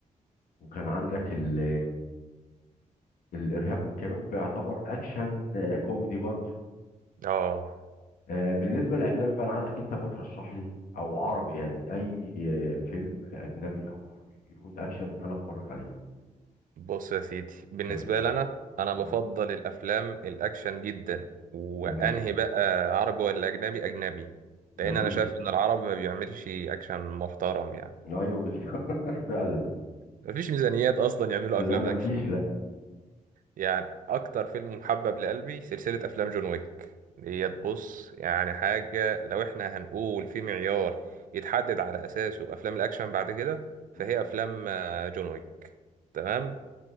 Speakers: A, on the left; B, on the right.
A: وكان عندك ال- الارهاب والكباب بيعتبر اكشن آه، كوميدي برضه
B: اه
A: آه، بالنسبه للاجنبي بقى انا عايزك انت بقى ترشح لي او عربي يعني اي آه، فيلم اجنبي او عربي يكون اكشن انا اتفرج عليه
B: بص يا سيدي بالنسبة
A: تمام
B: لي أنا أنا
A: مم.
B: بفضل الأفلام الأكشن جدا وأنهي
A: تمام
B: بقى عربي ولا أجنبي أجنبي
A: جميل
B: لأن أنا شايف إن العربي ما بيعملش أكشن محترم يعني
A: ايوه بالظبط <laughs> فعلا
B: مفيش ميزانيات أصلا يعملوا
A: لا
B: أفلام
A: ما
B: أكشن
A: فيش لا
B: يعني أكتر فيلم محبب لقلبي سلسلة أفلام جون ويك ديت بص يعني حاجة لو إحنا هنقول في معيار يتحدد على أساسه أفلام الأكشن بعد كده فهي
A: مم.
B: أفلام آه، جون ويك تمام